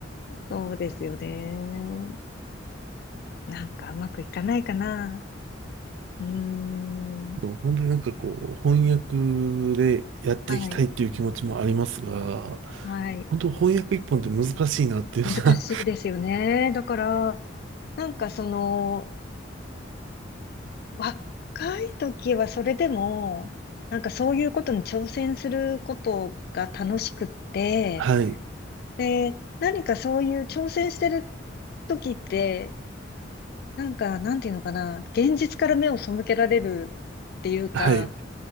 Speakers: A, on the left (about 50°); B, on the right (about 75°).
A: そうですよね。なんかうまくいかないかな。うーん。
B: でも本当になんかこう、翻訳でやっていきたいっていう気持ちもありますが、
A: はい。はい。
B: 本当翻訳一本って難しいなっていうのが
A: 難しいですよね。だから、なんかその、若い時はそれでも、なんかそういうことに挑戦することが楽しくって、
B: <laughs> はい、
A: で、何かそういう挑戦してる時って、なんか、なんていうのかな、現実から目を背けられるっていうか、
B: はい。